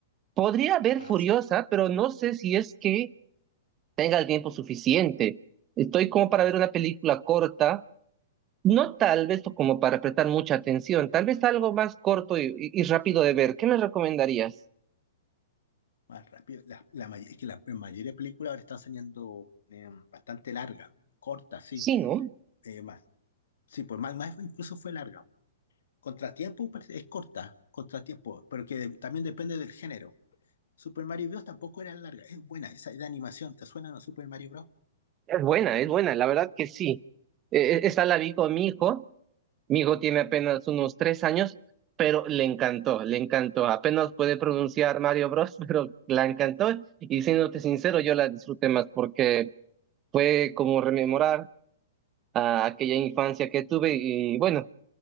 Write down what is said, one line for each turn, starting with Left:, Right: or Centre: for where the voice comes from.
Right: Podría ver
Left: Ah,
Right: Furiosa,
Left: sí,
Right: pero no sé si es que tenga
Left: mm,
Right: el tiempo suficiente. Estoy como para
Left: sí,
Right: ver una película corta, no tal vez como para prestar mucha atención, tal vez algo más corto y, y y rápido de ver. ¿Qué me recomendarías?
Left: más rápido. La, la may- es que la, mayoría de películas ahora están saliendo eh, bastante larga, corta, sí,
Right: Sí, ¿no?
Left: eh, más. Sí, pues más, más incluso fue larga. Contratiempo pues, es corta, contratiempo, pero que también depende del género. Super Mario Bros. tampoco era larga, es buena esa de animación, ¿te suena a Super Mario Bros?
Right: Es buena, es buena, la verdad que sí. Eh, eh, esa la vi con mi hijo, mi hijo tiene apenas unos tres años, pero le encantó, le encantó. Apenas puede pronunciar Mario Bros, <laughs> pero la encantó. Y siéndote sincero, yo la disfruté más porque fue como rememorar a aquella infancia que tuve y bueno,